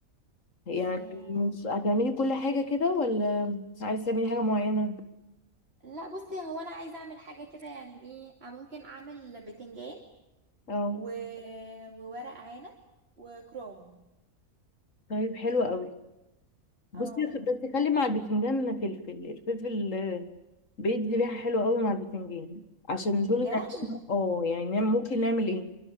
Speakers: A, on the left (about 70°); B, on the right (about 50°).
A: يعني
B: إيه...
A: مش- هتعملي كل حاجه كده ولا عايزه تعملي حاجه معينه
B: لا بصي هو انا عايزه اعمل حاجه كده يعني ايه أنا ممكن اعمل بتنجان
A: اه
B: و... وورق عنب وكروم
A: طيب حلو قوي بصي
B: اه
A: خ- بس خلي مع البتنجان فلفل الفلفل آه، بيدي ريحه حلوه قوي مع البتنجان عشان دول
B: بجد
A: نعمل- اه يعني نعمل- ممكن نعمل ايه